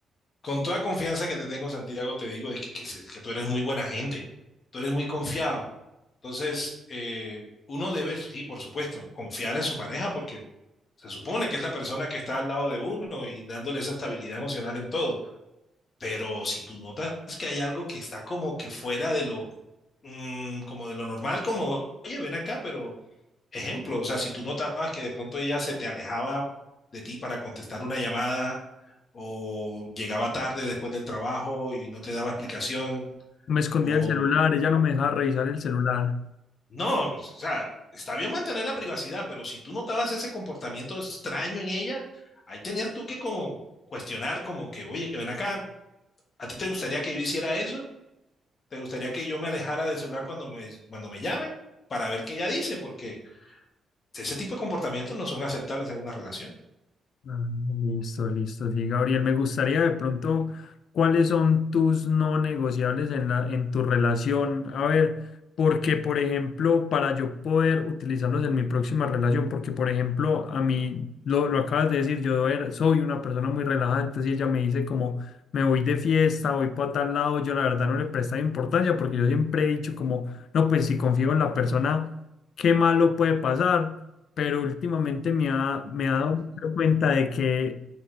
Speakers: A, on the left; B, on the left.
A: con toda confianza que te tengo, Santiago, te digo es que, que, se- que tú eres muy buena gente, tú eres muy confiado. Entonces, eh, uno debe, sí, por supuesto, confiar en su pareja porque se supone que es la persona que está al lado de uno y dándole esa estabilidad emocional en todo. Pero si tú notas que hay algo que está como que fuera de lo mm, como de lo normal, como, oye, ven acá, pero ejemplo, o sea, si tú notabas que de pronto ella se te alejaba de ti para contestar una llamada o llegaba tarde después del trabajo y no te daba explicación
B: Me escondía
A: o
B: el celular, ella no me dejaba revisar el celular.
A: no, o sea, está bien mantener la privacidad, pero si tú notabas ese comportamiento extraño en ella, ahí tenías tú que como cuestionar como que, oye, ven acá, ¿a ti te gustaría que yo hiciera eso? ¿Te gustaría que yo me alejara del celular cuando me, cuando me llamen? Para ver qué ella dice, porque Ese tipo de comportamientos no son aceptables en una relación.
B: Ah, listo, listo, sí, Gabriel. Me gustaría de pronto, ¿cuáles son tus no negociables en la, en tu relación? A ver, porque, por ejemplo, para yo poder utilizarlos en mi próxima relación, porque, por ejemplo, a mí, lo, lo acabas de decir, yo era- soy una persona muy relajada, entonces si ella me dice como, me voy de fiesta, voy para tal lado, yo la verdad no le prestaba importancia, porque yo siempre he dicho como, no, pues si confío en la persona, ¿qué malo puede pasar? pero últimamente me ha, me ha dado mucha cuenta de que,